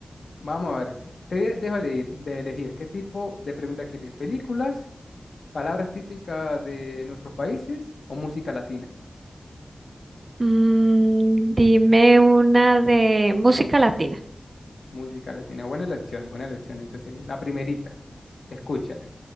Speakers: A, on the left; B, on the right.
A: Vamos a ver, te de- dejo elegir, de elegir qué tipo de pregunta quieres, películas, palabras típicas de nuestros países o música latina.
B: Mm, dime una de música latina.
A: Música latina, buena elección, buena elección. Entonces, la primerita, escúchala.